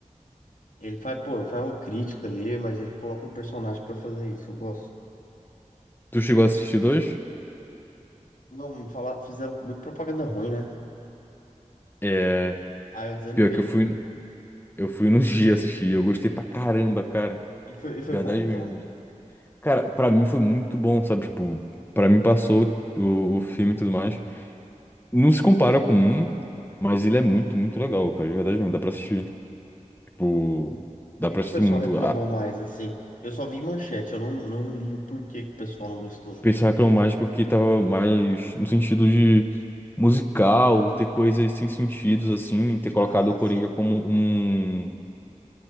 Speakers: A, on the left (about 85°); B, on the left (about 15°).
A: ele faz, pô, faz uma crítica ali, mas ele coloca um personagem pra fazer isso, eu gosto.
B: Tu chegou a assistir dois?
A: Não, me falar, fizeram muito propaganda ruim, né?
B: É.
A: Aí eu desanimei.
B: Pior que eu fui, eu fui no <laughs> dia assistir. Eu gostei pra caramba, cara.
A: E foi, e
B: Verdade
A: foi bom, então?
B: mesmo. Cara, pra mim foi muito bom, sabe? Tipo, pra mim passou
A: Aham.
B: o, o filme e tudo mais. Não se compara com um, mas ele é muito, muito legal, cara. De verdade mesmo. Dá pra assistir. Tipo, dá
A: que
B: pra
A: que
B: assistir
A: o pessoal
B: muito.
A: reclamou mais, assim? Eu só vi manchete, eu não, não li o porquê que o pessoal não gostou.
B: Pensacram mais porque tava mais no sentido de musical, ter coisas sem sentidos, assim, ter colocado
A: Ah,
B: o Coringa
A: sim.
B: como um.